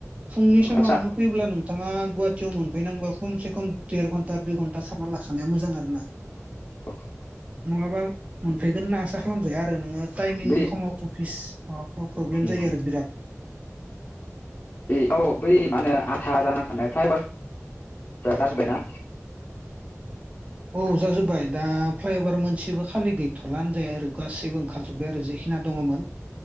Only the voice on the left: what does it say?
आदसा
<inaudible>
बे
उम
बे औ बै म होनो आथा जानानै थानाय फ्राय जाजोबबायना।